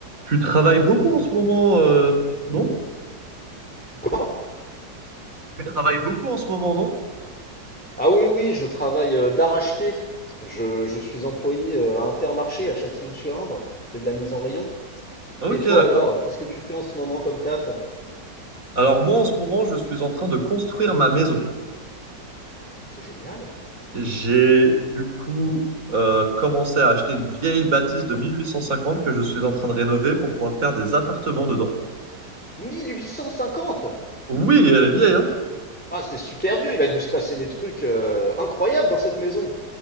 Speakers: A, on the right; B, in the centre.
A: Tu travailles beaucoup en ce moment, euh, non?
B: Comment?
A: Tu travailles beaucoup en ce moment, non?
B: Ah oui, oui, je travaille euh, d'arrache-pied. Je, je suis employé euh, à Intermarché à Châtillon-sur-Indre. Je fais de la mise en rayon.
A: Ok,
B: Et toi
A: d'accord.
B: alors, qu'est-ce que tu fais en ce moment comme taf?
A: Alors moi, en ce moment, je suis en train de construire ma maison.
B: C'est génial.
A: J'ai du coup euh, commencé à acheter une vieille bâtisse de 1850 que je suis en train de rénover pour pouvoir faire des appartements dedans.
B: 1850.
A: Oui, elle est vieille, hein?
B: Ah, c'est super vieux, il a dû se passer des trucs euh, incroyables dans cette maison.